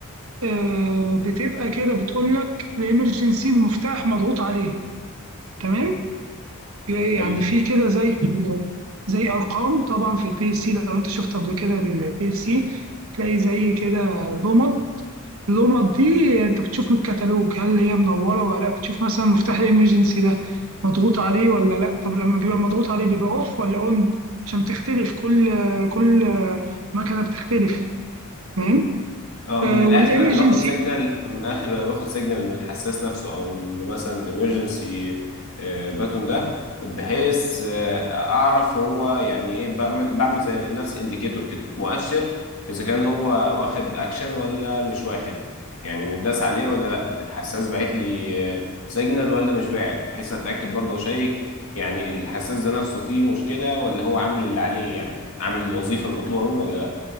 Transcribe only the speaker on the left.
حلو
اه من
الاخر
انا باخد سيجنال من الاخر انا باخد سيجنال من الحساس نفسه او من مثلا امرجنسي باتون ده بحيث آه، اعرف هو يعني ايه بعمل بعمل زي نفس انديكيتور كده مؤشر اذا كان هو واخد اكشن ولا مش واخد يعني متداس عليه ولا لا الحساس باعت لي سيجنال ولا مش باعت بحيث اتاكد برضه واشيك يعني الحساس ده نفسه فيه مشكله ولا هو عامل اللي عليه يعني عامل الوظيفه المطلوبه منه ولا لا